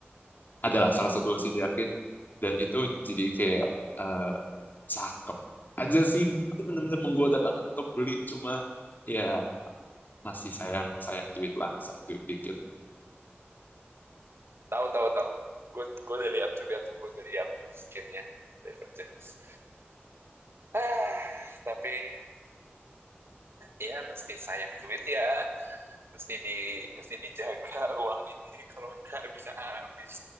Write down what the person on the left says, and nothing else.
adalah salah satu scene di Arkane dan itu jadi kayak eh, cakep aja sih itu bener-bener menggoda banget untuk beli cuma ya masih sayang sayang duit lah sayang duit dikit